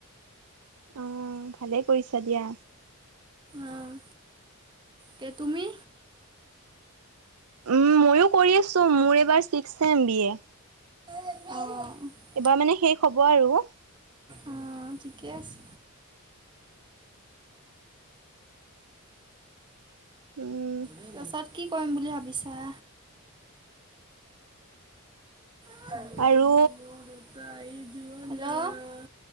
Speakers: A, on the right; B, on the right.
A: অ', ভালেই কৰিছা দিয়া।
B: অঁ কে তুমি?
A: উম, মইও কৰি আছো, মোৰ এইবাৰ ছিক্স চেম বি এ।
B: অ'।
A: এইবাৰ মানে শেষ হ'ব আৰু।
B: উম, ঠিকে আছে।
A: উম।
B: তাৰপাছত কি কৰিম বুলি ভাবিছা? হেল্ল'!
A: আৰু
B: <unintelligible>